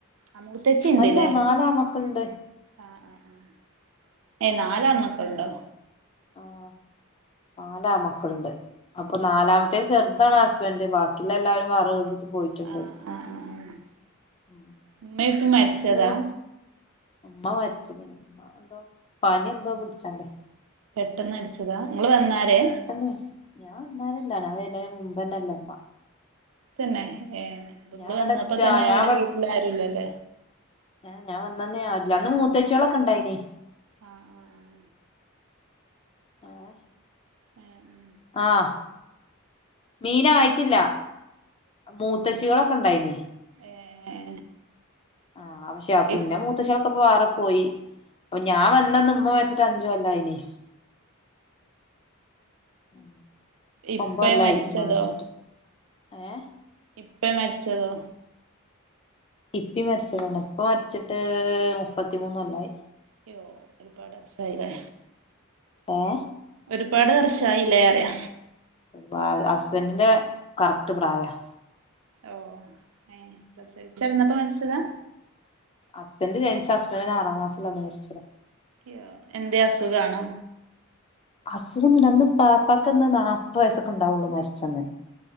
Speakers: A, on the right; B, on the left.
A: ആഹ് മൂത്തച്ചിന്ടല്ലേ
B: അല്ല നാലാമക്കളുണ്ട്
A: ആഹ് ആഹ് ആഹ് ഏയ് നാലൻമക്കൾ ഉണ്ടോ
B: ആഹ് നാലാ മക്കളുണ്ട് അപ്പൊ നാലാമത്തെേ ചെറുതാണ് ഹസ്ബൻഡ് ബാക്കി ഇന്ന് എല്ലാവരും വേറെ ഒരിടത്ത് പോയിട്ടുണ്ട്
A: ആഹ് ആഹ് ആഹ് ആഹ്
B: ഉം
A: ഉമ്മേയുമുപ്പയും
B: പിന്നെ
A: മരിച്ചതാ
B: മൂ ഉമ്മ മരിക്കാന് ഉമ്മക്ക് എന്തോ പനി എന്തോ പിടിച്ചാണ്ടേ
A: പെട്ടെന്ന് മരിച്ചതാ നിങ്ങള്ൾ വന്നാരേ
B: പെട്ടെന്ന് മരിച്ചു ഞാൻ അന്നാരല്ല ഞാ വേന മുമപ്ന്നല്ലമ്മ
A: തന്നെ ഏയ് നിങ്ങൾ
B: ഞാൻ ഇവിടെ
A: വന്നപ്പോ
B: എത്ത
A: തന്നെ
B: ഞാൻ
A: അവിടെ വീട്ടില ആരുല്ലല്ലേ
B: ഹ ഞാൻ വന്ന ആില്ല അന്ന് മൂത്തേച്ചോളൊക്കെ ഉണ്ടായിന്
A: ആഹ് ആഹ്
B: ഏഹ്
A: ആഹ് ഉം
B: ആഹ് മീൻ ആയിട്ടില്ല മൂത്തച്ചികളൊക്കെ ഉണ്ടായിന്
A: ആഹ് ഏ
B: ആഹ് പക്ഷേ പിന്നെ
A: ഇപ്
B: മൂ ത്തച്ചിക്കൊ വേറെ പോയി അപ്പൊ ഞാൻ വന്നന്ന് ഉമ്മ മരിച്ചിട്ട് അഞ്ച് കൊല്ലവായിന്ന് ഉം ഇപ്പം
A: ഇപ്പേ
B: ഒൻപത്കൊല്ലായി
A: മരിച്ചതോ
B: ഉമ്മ മരിച്ചിട്ട് ഏയ്
A: ഇപ്പ മരിച്ചതോ
B: ഇപ്പി മരച്ചതന്നെ ഇപ്പ മരച്ചിട്ട് മുപ്പത്തിമൂന് കൊല്ലവായി
A: അയ്യോ ഒരുപാട് അറസായിതേ
B: ഏയ്
A: ഒരുപാട് വർഷമായില്ലേ പറയാ
B: ഒരുപാ ഹസ്ബൻഡിന്റെ കറക്ട് പ്രായം
A: ഓ ഏ പ്രസവിച്ചുടന്നപ്പോ മരിച്ചതാ
B: ഹസ്ബന്ഡ് ജനിച്ച ഹസ്ബൻറിന് ആറാംക്ാസൽന്ന് മരിച്ചതാ
A: അ്യോ എന്ത അസുഖണോ
B: അസുഖം ഒന്ന്ും പാപ്പാക്കന്ന്ാ നാപ്പത് വയസ്സൊക്കെ ഉണ്ടാവുള്ളു മരിച്ചെന്ന്